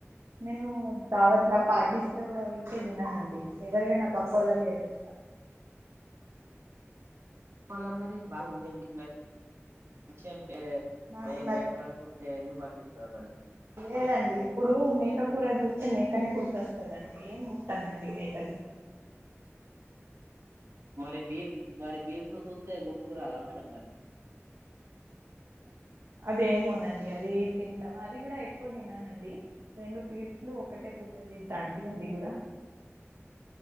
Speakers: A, on the right; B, on the right.
A: నేను దావట్లా పాటిస్త ఇంట్లో గూడా వెళ్తే తిననండి ఎవరికైనా పక్కో ళ్ళకి ఎపిస్తా
B: మళ మరి మీకు నచ్
A: నాకు
B: మే మేకలను చూస్తే ఎందుకు అనిపిస్తాది మేడం
A: లేదు లేదండి ఇప్పుడు మేక కూర చూస్తే మేకనే గుర్తొస్తదండి ఏం ముట్టనండి మేకది <inaudible>
B: మరి బీఫ్ మరి బీఫ్ ను చూస్తే గుర్తుకు రాదా మేడం మరి
A: అదేమోనండి అది తింటాం అది గూడా ఎక్కువ తిననండి రెండు పిస్ పిస్లు ఒకటే పూట తింటా అండి అది గూడా